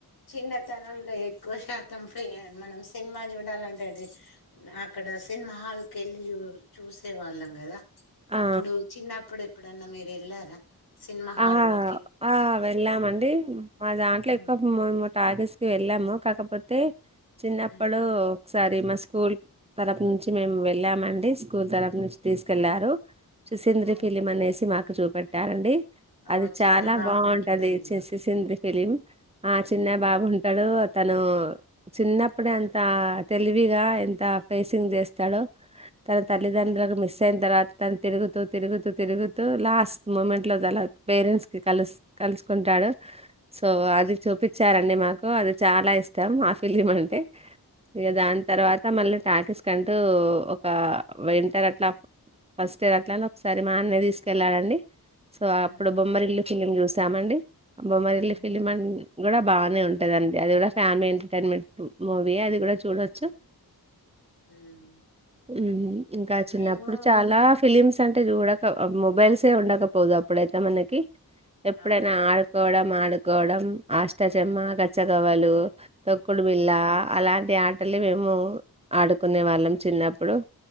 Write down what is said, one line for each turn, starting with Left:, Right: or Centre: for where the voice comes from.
Left: చిన్నతనంలో ఎక్కువ శాతం ఫ్రీ మనం సినిమా చూడాలంటే అక్కడ సినిమా హాల్ కెళ్ళి చూ చూసే వాళ్ళం కదా
Right: ఆ
Left: అప్పుడు చిన్నప్పుడు ఏప్పుడన్నా మీరు వెళ్ళారా సినిమా హాల్లోకి
Right: ఆ ఆ వెళ్ళామండి మా దాంట్లో
Left: ఉమ్
Right: ఎక్కువ టాకీస్ కి వెళ్ళాము కాకపోతే చిన్నప్పుడు
Left: ఉమ్
Right: ఒకసారి మా స్కూల్ తరపూ నుంచి మేము వెళ్ళామండి స్కూల్ తరపూ నుంచి తీసుకెళ్లారు సిసింద్రీ
Left: ఆ
Right: ఫిలిమనేసి మా చూపెట్ పెట్టారండి
Left: ఓ
Right: అది
Left: చిన్న
Right: చాలా
Left: బాబు
Right: బాగుంటది
Left: ఉంటాడు అందులో
Right: చే సిసింద్రీ ఫిలిం ఆ చిన్న
Left: ఉమ్
Right: బాబుంటాడు తను చిన్నప్పుడే అంత తెలివిగా ఎంత ఫేసింగ్ చేస్తాడో తన
Left: ఉమ్
Right: తల్లితండ్రులను మిస్ అయి తర్వాత తన తిరుగుతూ తిరుగుతూ తిరుగుతూ లాస్ట్ మూమెంట్ లో దల పేరెంట్స్ కి కలుసు కలుసుకుంటాడు సో అది చూపించారండి మాకు అది చాలా ఇష్టం ఆ ఫిలిమ్ అంటే ఇగ
Left: ఉమ్
Right: దాని తర్వాత మల్లి టాకిస్ కంటూ ఒక వింటర్ అట్లా ఫస్ట్ ఇయర్ అట్లా అని ఒకసారి మా అన్నయా తీసుకెళ్ళడాఆండీ సో
Left: ఉమ్
Right: అప్పుడు బొమ్మరిల్లు ఫిలిం చూసామండి బొమ్మరిల్లు
Left: ఉమ్
Right: ఫిలిం అండీ ఆది కూడా బాగానే ఉంటదండి అది కూడా ఫ్యామిలీ ఎంటర్టైన్మెంట్ మూవీ ఎ అది కూడా చూడొచ్చు
Left: ఉమ్
Right: ఊహు ఇంకా చిన్నప్పుడు
Left: మేము
Right: చాలా ఫిలిమ్స్ అంటే చూ ఒక మొబైల్సే ఉండ పోదు అప్పుడైతే మనకి ఎప్పుడైనా
Left: అవును
Right: ఆడుకోవడం ఆడు ఆడుకోవడం అష్టాచమ్మా గచ్చగవలు తొక్కుడు బిల్ళ
Left: ఉమ్
Right: అలాంటి ఈ ఆటలే మేము ఆడుకునే వాళ్ళం చిన్నప్పుడు